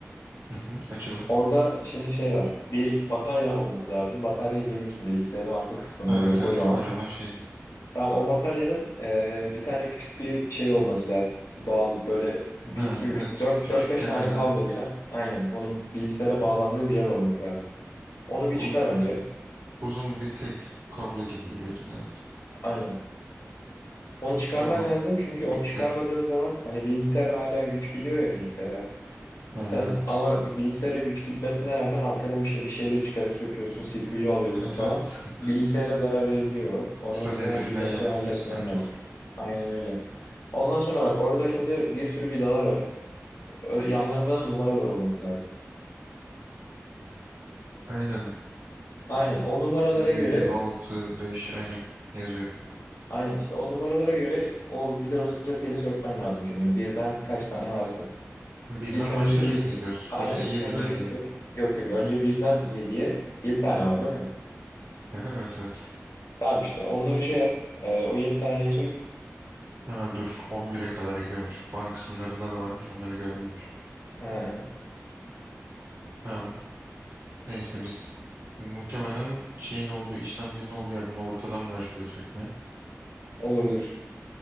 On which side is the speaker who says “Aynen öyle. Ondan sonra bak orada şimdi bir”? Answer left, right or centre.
Left